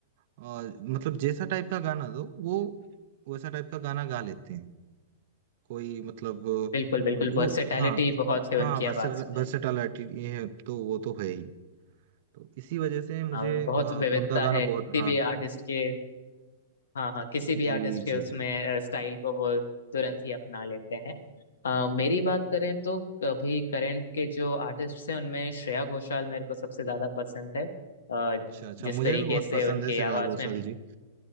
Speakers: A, on the right; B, on the left.
A: अ, मतलब जैसा टाइप का गाना दो वो वैसा टाइप का गाना गा लेते हैं कोई मतलब
B: बिल्कुल बिल्कुल
A: अ, वो
B: वर्सेटैलिटी
A: हाँ
B: बहुत है
A: हाँ
B: उनकी
A: वर्सेटालिटी
B: आवाज में
A: ये है तो वो तो है ही तो इसी वजह से मुझे
B: हाँ बहुत
A: अ,
B: विविधता
A: उनका गाना
B: है
A: बहुत
B: किसी
A: हाँ
B: भी आर्टिस्ट के हाँ हाँ किसी भी
A: जी
B: आर्टिस्ट के
A: जी
B: उसमें
A: जी
B: स्टाइल को वो तुरंत ही अपना लेते हैं अ, मेरी बात करें तो अभी करंट के जो आर्टिस्ट हैं उनमें श्रेया घोषाल मेरे को सबसे ज्यादा पसंद है अ,
A: अच्छा अच्छा
B: जिस
A: मुझे
B: तरीके
A: भी बहुत
B: से
A: पसंद
B: उनकी
A: है श्रेया
B: आवाज
A: घोषाल
B: में
A: जी